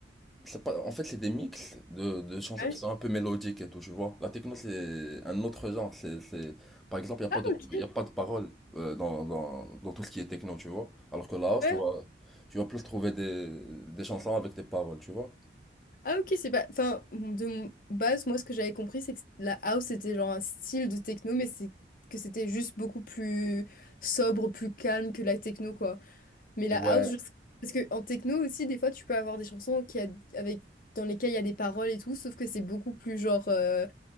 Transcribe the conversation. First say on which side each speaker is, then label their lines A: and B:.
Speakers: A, in the centre; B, on the left.
A: C'est pas, en fait, c'est des mix de, de chansons
B: Ouais.
A: qui sont un peu mélodiques et tout, tu vois. La techno, c'est un autre genre. C'est, c'est... Par exemple, il n'y
B: Ah,
A: a pas de,
B: ok.
A: y a pas de paroles euh, dans, dans, dans tout ce qui est techno, tu vois. Alors que la house,
B: Ouais,
A: tu vas, tu vas plus trouver des, des chansons avec des paroles, tu vois.
B: Ah ok, c'est pas... Enfin, de mon- base, moi, ce que j'avais compris, c'est que la house, c'était genre un style de techno, mais c'est que c'était juste beaucoup plus sobre, plus calme que la techno, quoi. Mais la
A: Ouais,
B: house, je... Parce que en techno aussi, des fois, tu peux avoir des chansons qui a... avec... dans lesquelles il y a des paroles et tout, sauf que c'est beaucoup plus genre... Euh...